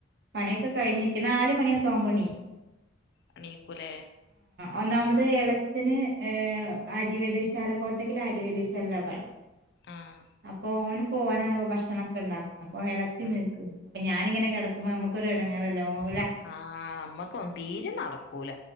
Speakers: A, on the right (about 50°); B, on the left (about 55°).
A: പണിയെക്കെ കയിഞ്ഞിരിക്കനാല്മണിയൊക്കെ ആവുമ്പോണീ
B: എണീകുലേ
A: ഒന്നാമത് എളച്ചന് ഏഹ് ആര്യവൈദ്യശാല കോട്ടക്കൽ ആര്യവൈദ്യശാല ലാ പണി.
B: ആഹ്
A: അപ്പൊ ഓന് പോവാനാമ്പോ ഭക്ഷണൊക്കെ ണ്ടാക്കും അപ്പൊ എളച്ചി.
B: ഉം
A: നീക്കും അപ്പ ഞാനിങ്ങനെ കെടക്കുമ്പോ നമ്മക്കൊരു എടങ്ങേറല്ലേ ഓ
B: ആഹ് അമ്മക്കൊ തീരെ നടക്കൂല